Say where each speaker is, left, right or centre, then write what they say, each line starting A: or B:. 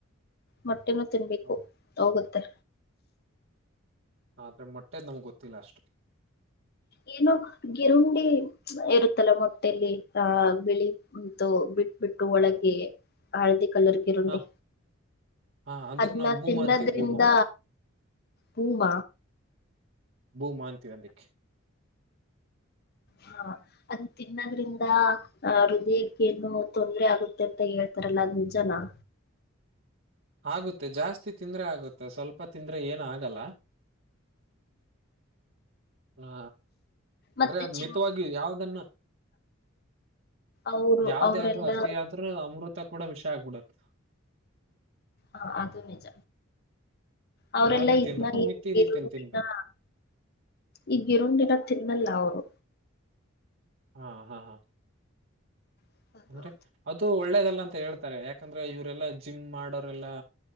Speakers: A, on the left; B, on the right.
A: ಮೊಟ್ಟೆ ಮ ತಿನ್ಬೇಕು
B: ಮೊಟ್-
A: ಹೋಗುತ್ತೆ
B: ಆದ್ರೆ ಮಟ್ಟೇದ್ ನಮ್ಗ್ ಗೊತ್ತಿಲ್ಲ ಅಷ್ಟು
A: ಏನುೋ ಗಿರುಂಡಿ ಇರುತ್ತಲ್ಲ ಮೊಟ್ಟೆಯಲ್ಲಿ ಆ ಬಿಳಿ ಅಂತೂ ಬಿಟ್ ಬಿಟ್ಟು ಒಳಗೆ ಹಳದಿ ಕಲರ್ ಗಿರುಂಡಿ
B: ಹ ಹಾ ಅದಕ್
A: ಅದ್ನ್ನ
B: ನಾವ್ ಭೂಮ
A: ತಿನ್ನದ್ರಿಂದ
B: ಅಂತೀವಿ ಭೂಮ
A: ಪೂಮ
B: ಭೂ ಮಾ ಅ್ಂತ ಅನ್ಕ್ಕೆ
A: ಹಾ ಅದು ತಿನ್ನದ್ರಿಂದ ಆ ಹೃದಯಕ್ಕ ಏನು ತೊಂದ್ರರೆ ಆಗುತ್ತೆ ಅಂತ ಹೇಳ್ತಾರಲ್ಲ ಅ್ವಿಜನ
B: ಆಗುತ್ತೆ ಜಾಸ್ತಿ ತಿಂದ್ರೆ ಆಗುತ್ತೆ ಸ್ವಲ್ಪ ತಿಂದ್ರೆ ಏನು ಆಗಲ್ಲ <inaudible> ಹಾ ಅಂದ್ರೆ
A: ಮತ್ತೆ
B: ಅದ್
A: ಜಿಮ್
B: ಮಿತವಾಗಿ ಯಾವ್ದನ್ನ
A: ಅವ್ರು
B: ಯಾವದೇ
A: ಅವ್ರೆಲ್ಲಾ
B: ಆದ್ರು ಅತಾದ್ರರು ಅಮೃತ ಕೂಡ ವಿಷ ಆಗ್ಬಿಡದು
A: ಹಾ ಅದು ನಿಜ ಅವರೆಲ್ಲಾ
B: ಯಾವ್ದೇ
A: ಇದನ್ನ
B: ತಿಂದ್ರು ಮಿತಿ ರೀತಿಯಲ್ಲಿ ತಿನ್ಬೇಕು
A: ಈ ಗಿರುಂದಿರೋ ತಿನ್ನಲ್ಲ ಅವ್ರು
B: ಹಾ ಹಾ ಹಾ
A: ಅವ್ರು.
B: ಅಂದ್ರೆ ಅದು ಒಳ್ಳೇದಲ್ಲ ಅಂತ ಹೇಳ್ತಾರೆ ಯಾಕಂದ್ರೆ ಇವರೆಲ್ಲಾ ಜಿಮ್ ಮಾಡೋರೆಲ್ಲಾ